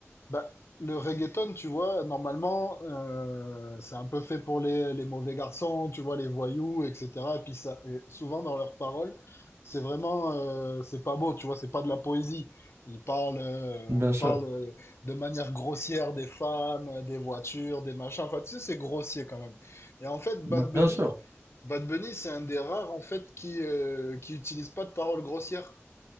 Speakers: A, on the left; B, on the right.
A: Bah, le reggaeton, tu vois, normalement, euh, c'est un peu fait pour les, les mauvais garçons, tu vois, les voyous, etc. Et puis ça, et souvent dans leurs paroles, c'est vraiment, euh, c'est pas beau, tu vois, c'est pas de la poésie. Ils parlent, euh,
B: Bien
A: ils parlent
B: sûr.
A: euh, de manière grossière des femmes, euh, des voitures, des machins. Enfin, tu sais, c'est grossier quand même. Et en fait,
B: Bien
A: Bad Bunny,
B: sûr.
A: Bad Bunny, c'est un des rares en fait qui euh, qui utilise pas de paroles grossières.